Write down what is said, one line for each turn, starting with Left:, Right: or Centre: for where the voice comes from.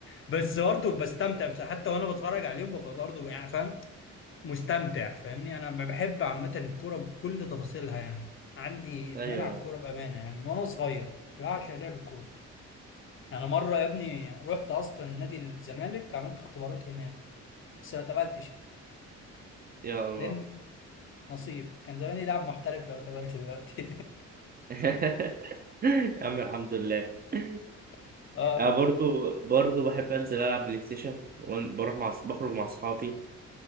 Left: بس برضه بستمتع بس حتى وانا بتفرج عليهم ببقى برضه يعني فاهم مستمتع فاهمني انا بحب عامه الكوره بكل تفاصيلها يعني عندي ادمان
Right: ايوه
Left: على الكوره بامانه يعني من وانا صغير كنت بعشق لعب الكوره يعني مره يا ابني رحت اصلا نادي الزمالك عملت اختبارات هناك بس ما اتقبلتش
Right: يا الله
Left: لان نصيب كان زماني لاعب محترف لو اتقبلت دلوقتي
Right: <laughs> يا عم الحمد لله أن-
Left: <laughs> اه
Right: انا برضو برضو بحب انزل العب بلاي ستيشن وبروح مع بخرج مع اصحابي